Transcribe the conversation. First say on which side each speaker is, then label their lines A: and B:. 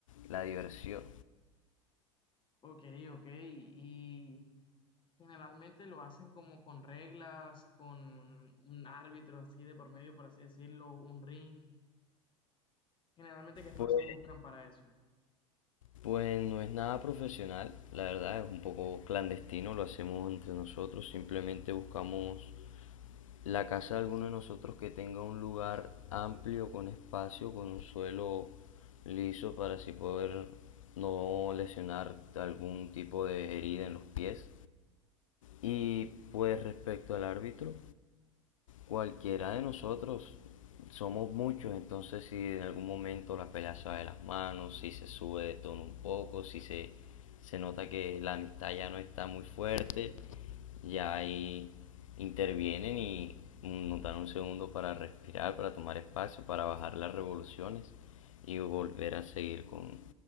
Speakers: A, on the left (about 75°); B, on the left (about 30°).
A: la diversión.
B: Ok, ok. Y generalmente lo hacen como con reglas, con un árbitro así de por medio, por así decirlo, un ring. Generalmente, ¿qué espacio
A: Pues,
B: buscan para eso?
A: pues no es nada profesional, la verdad es un poco clandestino, lo hacemos entre nosotros, simplemente buscamos la casa de alguno de nosotros que tenga un lugar amplio con espacio, con un suelo liso para así poder no lesionar algún tipo de herida en los pies. Y pues respecto al árbitro, cualquiera de nosotros somos muchos, entonces si en algún momento la pelea se va de las manos, si se sube de tono un poco, si se, se nota que la amistad ya no está muy fuerte, ya ahí intervienen y nos dan un segundo para respirar, para tomar espacio, para bajar las revoluciones y volver a seguir con,